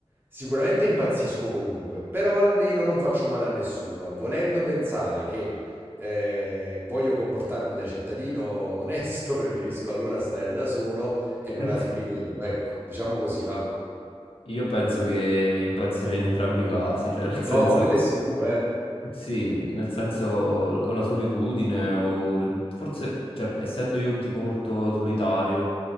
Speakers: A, on the right; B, on the left.
A: sicuramente impazzisco comunque, però almeno non faccio male a nessuno, volendo pensare che eh, voglio comportarmi da cittadino onesto, <laughs> preferisco allora stare da solo e
B: <laughs>
A: me la sbrigo io, ecco, diciamo così, va.
B: Io penso che impazzirei in entrambi i casi, cioè nel senso,
A: No, ma quello è sicuro, eh.
B: sì, nel senso o la solitudine o forse, cioè, essendo io un tipo molto solitario,